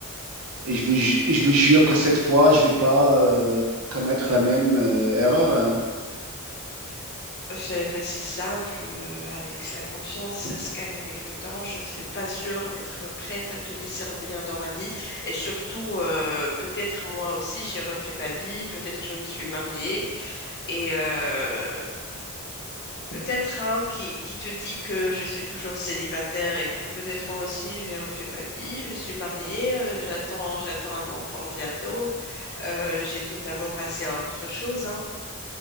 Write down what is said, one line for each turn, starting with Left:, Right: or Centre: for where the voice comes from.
Right: et je vous, ju- et je vous jure que cette fois, je vais pas euh, commettre la même euh, erreur.
Left: C'est pas si simple, euh, Alex. La confiance, ça se gagne avec le temps. Je ne suis pas sûre d'être prête à te laisser revenir dans ma vie. Et surtout, euh, peut-être moi aussi, j'ai refait ma vie. Peut-être je me suis mariée. Et euh, peut-être, hein, qui, qui te dit que je suis toujours célibataire et tout. Peut-être moi aussi, j'ai refait ma vie. Je suis mariée. euh, j'attends, j'attends un enfant bientôt. Euh, j'ai totalement passé à autre chose, hein.